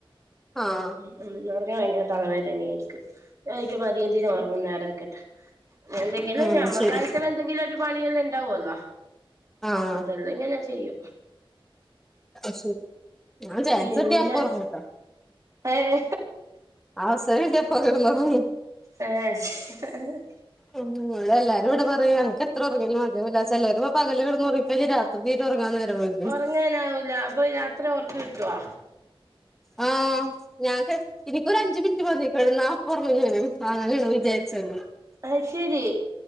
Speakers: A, in the centre; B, on the right.
A: ആ.
B: ഉം ഉറങ്ങിയാൽ ഭയങ്കര തലവേദന ആയിരിക്കും. <unintelligible> മതിയന്തിന ഉറങ്ങുന്നേ അവിടെ നിക്കട്ടേ. എന്തെങ്കിലും
A: ഉം
B: ഞമ്മക്കായട്ടൽ
A: ശരി
B: എന്തെങ്കിലും ഒരു പണിയെല്ലാം ഉണ്ടാവല്ലോ
A: ആഹ്
B: അതല ഇ ങ്ങനെ ചെയ്യും.
A: അത് ശരി ഞാൻ ചാൻസ്
B: പിന്നാ
A: കിട്ടിയ അപ്പൊ ഒറങ്ങുട്ടോ
B: ഏ
A: അവസരം കിട്ടിയ അപ്പൊ കെടന്നൊറങ്ങും
B: ഏഹ് എ.
A: ഉ <unintelligible> ഇവടെ എല്ലാരും ഇവിടെ പറയും അനക്ക് എത്ര ഉറങ്ങിയാലും മതിയാവൂല ചിലര് പകല് കിടന്നുറങ്ങി കയിഞാൽ രാത്രി തീരെ ഉറങ്ങാന് നേരം വെകും.
B: ഉറങ്ങാനാവൂല അപ്പോ രാത്രി ഉറക്ക് കിട്ടുവോ?
A: ആ, ഞാൻ എനിക്കൊ ഒരു അഞ്ച് മിനിറ്റ് മതി കിടന്നാ ഇപ്പോഉറങ്ങാണ് അങ്ങനെഅണ് വിചാരിച്ചത്.
B: ആ ഹ്, ശരി